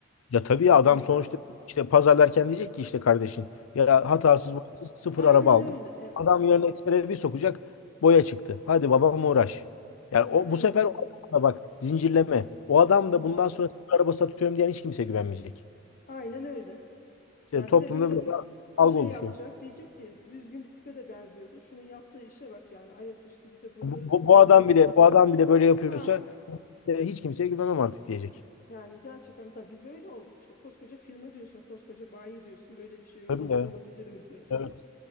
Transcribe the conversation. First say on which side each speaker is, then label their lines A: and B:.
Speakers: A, on the left; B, on the left.
A: Ya tabii
B: Biz
A: ya adam
B: bin.
A: sonuçta işte pazarlarken diyecek ki işte kardeşin ya
B: Hı.
A: hatasız boyasız sıfır
B: Aynen
A: araba aldım.
B: öyle evet.
A: Adam yarın ekspere bir sokacak boya çıktı. Hadi babam uğraş. Yani o,
B: Ya evet.
A: bu sefer o adam da bak zincirleme. O adam
B: Evet.
A: da bundan sonra sıfır araba satıyorum diyen hiç kimse güvenmeyecek.
B: Aynen öyle.
A: İşte
B: Yani
A: toplumda
B: bir de böyle
A: böyle bir algı
B: şey
A: oluşuyor.
B: yapacak diyecek ki düzgün bir tipe de benziyordu. Şunun yaptığı işe bak yani ayaküstü bize burada
A: Bu, bu,
B: kazık
A: bu adam
B: at.
A: bile bu adam bile böyle yapıyorsa
B: Ha
A: işte hiç kimseye güvenemem artık diyecek.
B: Yani gerçekten mesela biz öyle olduk işte koskoca firma diyorsun, koskoca bayi diyorsun, böyle bir şey olur
A: Tabii ya.
B: olabilir mi diyorsun.
A: Evet.